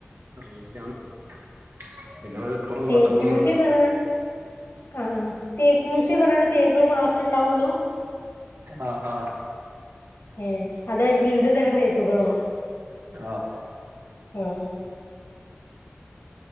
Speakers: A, on the right (about 70°); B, on the left (about 85°).
A: അങ്ങനൊക്കെ ആണ് <inaudible> പിന്നെ മൽപുറം
B: തേക്ക്
A: കോട്ടക്കുന്ന്ണ്ട്
B: മ്യൂസിയം പറഞ്ഞ ആഹ് ആഹ് തേക്ക് മ്യൂസിയം പർഞ്ഞവിടെ തേക്കുകള് മാത്രേ ഉണ്ടാവുള്ളൂ
A: ആഹ് ആഹ്
B: ഏ അതായത് വിവിധ തരം തേക്കുകളോ
A: ആഹ്
B: ആഹ്